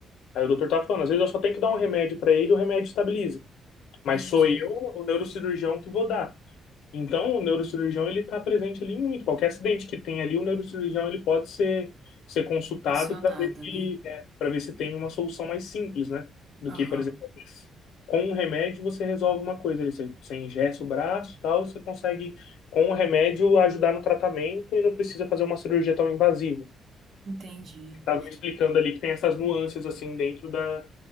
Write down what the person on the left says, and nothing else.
Aí o doutor tá falando, às vezes eu só tenho que dar um remédio para ele, e o remédio estabiliza. Mas
sou eu, o neurocirurgião, que vou dar. Então, o neurocirurgião ele está presente ali muito. Qualquer acidente que tem ali, o neurocirurgião ele pode ser, ser consultado
para ver, que-
é, pra ver se tem uma solução mais simples, né? Do
que, por exemplo, com um remédio você resolve uma coisa. ali. Você, você engessa o braço e tal, você consegue, com o remédio, ajudar no tratamento e não precisa fazer uma cirurgia tão invasiva.
Estava me explicando ali que tem essas nuances assim dentro da,